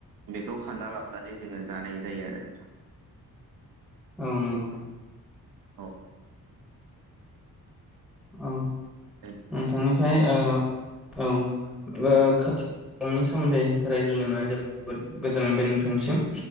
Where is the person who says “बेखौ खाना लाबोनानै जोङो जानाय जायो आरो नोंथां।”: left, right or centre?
Right